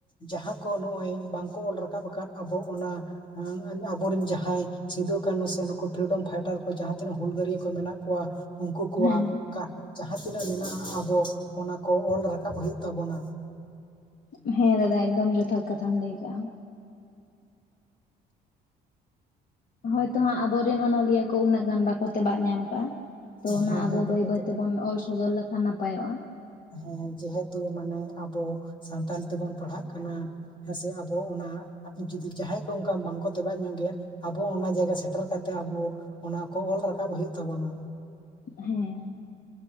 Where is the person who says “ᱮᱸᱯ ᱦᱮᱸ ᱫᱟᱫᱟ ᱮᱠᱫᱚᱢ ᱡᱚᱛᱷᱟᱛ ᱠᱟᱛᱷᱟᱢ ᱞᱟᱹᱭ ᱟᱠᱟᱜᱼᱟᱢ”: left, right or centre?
Left